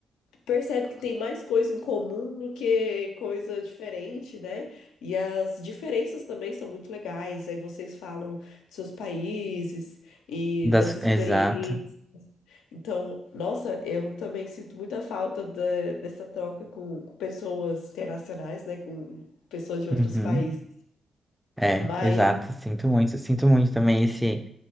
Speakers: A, on the left; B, in the centre.
A: percebem que tem mais coisa em comum do que coisa diferente, né? E as diferenças também são muito legais. Aí vocês falam dos seus países e
B: Das,
A: das experiências.
B: exato.
A: Então, nossa, eu também sinto muita falta da- dessa troca com, com pessoas internacionais, né? Com pessoas de outros
B: Uhum.
A: países.
B: É,
A: Mas,
B: exato. Sinto muito, sinto muito também esse